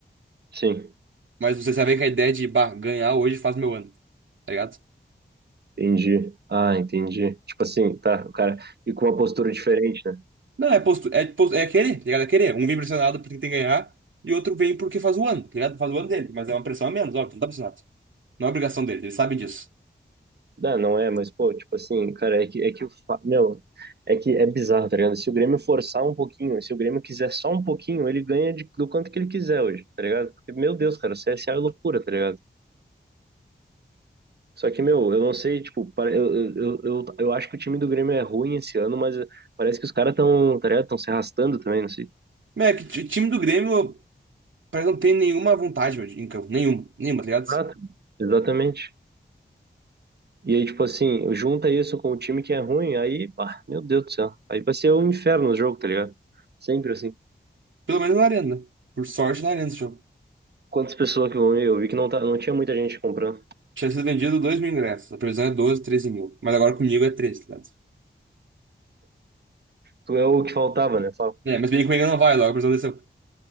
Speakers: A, on the right (about 60°); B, on the right (about 90°).
A: Sim,
B: Mas você já vem com a ideia de, bah, ganhar hoje faz meu ano, tá ligado?
A: entendi. Ah, entendi. Tipo assim, tá, o cara, e com uma postura diferente, né?
B: Não, é, postu, é, postu, é aquele, tá ligado? É aquele. Um vem pressionado porque tem que ganhar e outro vem porque faz o ano, tá ligado? Faz o ano dele, mas é uma pressão a menos, óbvio, não tá pressionado. Não é obrigação dele, eles sabem disso.
A: Não, não é, mas, pô, tipo assim, cara, é que, é que o. fa- Meu, é que é bizarro, tá ligado? Se o Grêmio forçar um pouquinho, se o Grêmio quiser só um pouquinho, ele ganha de- do quanto que ele quiser hoje, tá ligado? Porque, meu Deus, cara, o C S A é loucura, tá ligado? Só que, meu, eu não sei, tipo, pare- eu, eu, eu, eu eu acho que o time do Grêmio é ruim esse ano, mas parece que os caras estão, tá ligado? Estão se arrastando também, não sei.
B: Mas é que o time do Grêmio parece que não tem nenhuma vontade, meu, em campo. Nenhuma, nenhuma, tá ligado?
A: Ah, exatamente. E aí, tipo assim, junta isso com o time que é ruim, aí, pá, meu Deus do céu. Aí vai ser um inferno o jogo, tá ligado? Sempre assim.
B: Pelo menos na arena, né? Por sorte na arena esse jogo.
A: Quantas pessoas que vão ver? Eu vi que não, tá, não tinha muita gente comprando.
B: Tinha sido vendido 2 mil ingressos. A previsão é 12 13 mil. Mas agora comigo é treze tá ligado?
A: Tu é o que faltava, né? Fala.
B: É, mas bem comigo não vai logo. A previsão desceu.